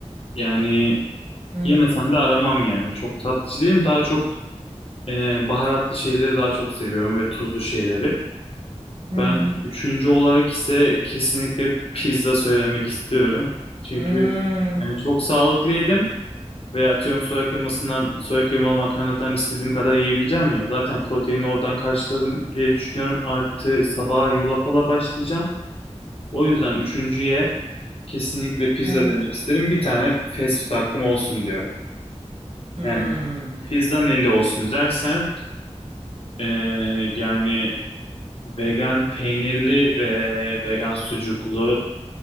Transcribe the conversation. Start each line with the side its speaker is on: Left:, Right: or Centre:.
Left: yani
Right: Hmm.
Left: yemesem de aramam yani. Çok tatlıcı değilim. Daha çok e, baharatlı şeyleri daha çok seviyorum ve tuzlu şeyleri.
Right: Hı
Left: Ben
Right: hı.
Left: üçüncü olarak ise kesinlikle pizza söylemek istiyorum. Çünkü
Right: Hmm.
Left: yani çok sağlıklı yedim. Veya atıyorum soya kıymasından, soya kıymalı makarnadan istediğim kadar yiyebileceğim ya. Zaten proteini oradan karşılarım diye düşünüyorum. Artı sabaha yulafala başlayacağım. O yüzden üçüncüye kesinlikle pizza
Right: Hı hı.
Left: demek isterim. Bir tane fast food hakkım olsun diyorum.
Right: Hmm.
Left: Yani pizza neli olsun dersen eee, yani vegan peynirli ve vegan sucuklu,